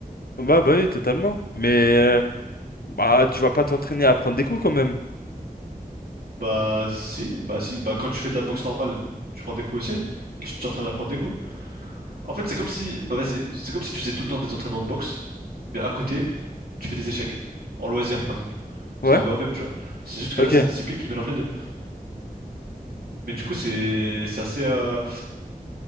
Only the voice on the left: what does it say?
Bah, bah oui, totalement. Mais, euh, bah, tu vas pas t'entraîner à prendre des coups quand même.
Ouais?
Ok.